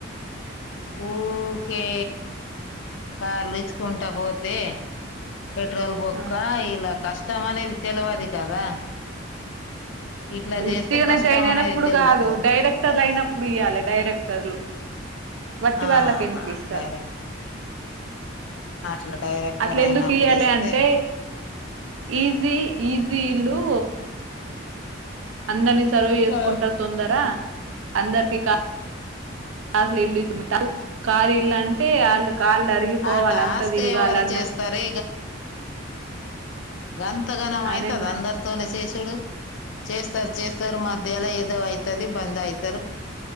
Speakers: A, on the left; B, on the right.
A: ఊకే కార్లు ఇచ్చుకుంటా పోతే పెట్రోల్ బొక్క
B: ఆ
A: ఇలా కష్టం అనేది తెలువది కదా ఇట్లా
B: ఉత్తిగానే
A: చేస్తే కష్టం
B: జయిన్ అయినప్పుడు
A: అనేది తెలుస్తది
B: కాదు డైరెక్టర్లు అయినప్పుడు ఇయాలి డైరెక్టర్లు వట్టి
A: ఆహా
B: వాళ్ళకు ఎందుకు ఇస్తారు.
A: డైరెక్టర్ అట్లా డైరెక్టర్
B: అట్ల
A: అయినప్పుడు
B: ఎందుకు ఇయ్యాలే
A: ఇస్తే
B: అంటే ఈజీ ఈజీ ఇల్లు అందని సర్వ్ చేసుకుంటా
A: ఆ
B: తొందరా అందరికి కార్ల్ కార్ ఇల్ కారు ఇల్లు అంటే ఆళ్లకు కాళ్ళు అరిగిపోవాల
A: ఆ టాస్క్
B: అంత తిరగాలి
A: ఎవరు
B: అన్నట్టు
A: చేస్తారే గంత గనం అయితద
B: అదే మరి
A: అందరితోనే చేసుడు చేస్తారు చేస్తారు మధ్యలో ఏదో అయితది బంద్ అయితారు